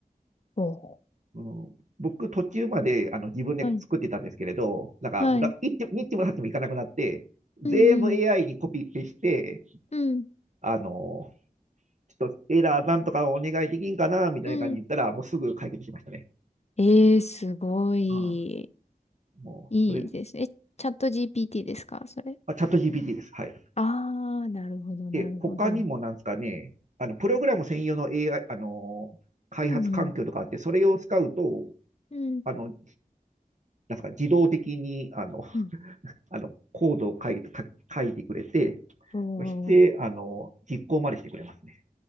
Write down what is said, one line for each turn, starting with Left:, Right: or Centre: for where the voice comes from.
Left: おー
Right: うん、僕、途中まであの自分で作ってたんですけれど、
Left: はい。
Right: なんか、
Left: はい。
Right: ら一手二ちもさってもいかなくなって、全部
Left: うんうん。
Right: AI にコピペして、
Left: うん。
Right: あの、ちょっとエラーなんとかお願いできんかな、みたいな感じで言ったら、
Left: うん。
Right: もうすぐ解決しましたね。
Left: えーすごい。
Right: うん、もう、
Left: いいですね。
Right: それ、
Left: え、チャット GPT ですかそれ。
Right: あ、チャット GPT です。はい。
Left: あー、なるほど、
Right: で、
Left: なるほど。
Right: 他にもなんですかね、あの、プログラム専用の AI、あの、開発環境とかあって、
Left: うんうん。
Right: それを使うと、
Left: うん
Right: あの、なんですか、自動的に、あの、
Left: うん。
Right: あのコードを書い書書いてくれて、
Left: お
Right: そして、
Left: ー。
Right: あの、実行までしてくれますね。